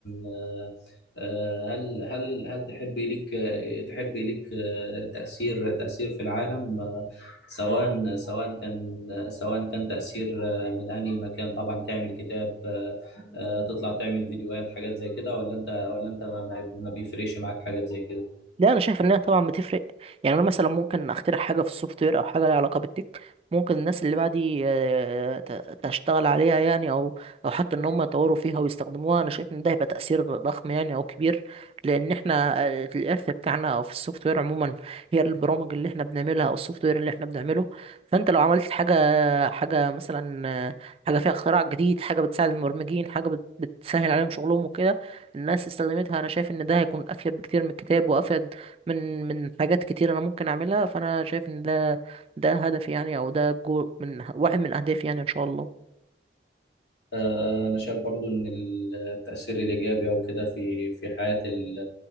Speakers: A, on the left (about 75°); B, on the right (about 30°).
A: آه، آه، هل هل هل تحبي لك تحبي لك آه، تأثير تأثير في العالم آه، سواء سواء كان سواء كان تأثير آه، من أي مكان طبعا تعمل كتاب آه، آه، تطلع تعمل فيديوهات حاجات زي كده ولا أنت ولا أنت ما ما بيفرقش معاك حاجات زي كده
B: لا انا شايف انها طبعا بتفرق يعني انا مثلا ممكن اخترع حاجه في السوفت وير او حاجه لها علاقه بالتك ممكن الناس اللي بعدي آه، ت- تشتغل عليها يعني او او حتى ان هم يطوروا فيها ويستخدموها انا شايف ان ده هيبقى تاثير ضخم يعني او كبير لان احنا آه، الارث بتاعنا او في السوفت وير عموما هي البرامج اللي احنا بنعملها او السوفت وير اللي احنا بنعمله فانت لو عملت حاجه حاجه مثلا آه، حاجه فيها اختراع جديد حاجه بتساعد المبرمجين حاجه بت- بتسهل عليهم شغلهم وكده الناس استخدمتها انا شايف ان ده هيكون افيد بكتير من الكتاب وافيد من من حاجات كتير انا ممكن اعملها فانا شايف ان ده ده هدف يعني او ده جو من واحد من اهدافي يعني ان شاء الله
A: آه، أنا شايف برضو إن التأثير الإيجابي أو كده في في حياة ال